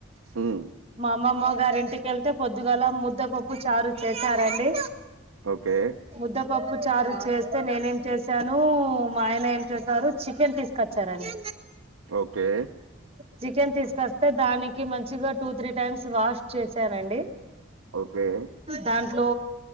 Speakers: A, on the right; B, on the right.
A: హ్మ్.
B: మా అమ్మమ్మ గారి ఇంటికెళ్తే పొద్దుగాల ముద్ద పప్పు పు చారు చేసారండి
A: ఓకే
B: ముద్దా పప్పుచారు చేస్తే నేనేం చేశాను మా ఆయన ఏం చేసారు చికెన్ తీస్కొచ్చారండి
A: ఓకే
B: చికెన్ తీసుకొస్తే దానికి మంచిగా టూ త్రీ టైమ్స్ వాష్ చేశానండి
A: ఓకే
B: దాంట్లో